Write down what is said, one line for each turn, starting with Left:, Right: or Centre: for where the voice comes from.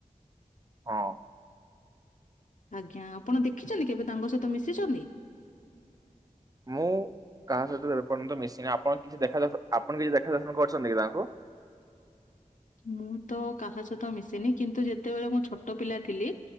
Right: ହଁ
Left: ଆଜ୍ଞା ଆପଣ ଦେଖିଛନ୍ତି କେବେ ତାଙ୍କ ସହିତ ମିଶିଛନ୍ତି?
Right: ମୁଁ କାହା ସହିତ ଏପର୍ଯ୍ୟନ୍ତ ମିଶିନି ଆପଣ କିଛି ଦେଖା ଆପଣ କିଛି ଦେଖାଦର୍ଶନ କରିଛନ୍ତି କି ତାଙ୍କୁ?
Left: ମୁଁ ତ କାହା ସହିତ ମିଶିନି କିନ୍ତୁ ଯେତେବେଳେ ମୁଁ ଛୋଟ ପିଲା ଥିଲି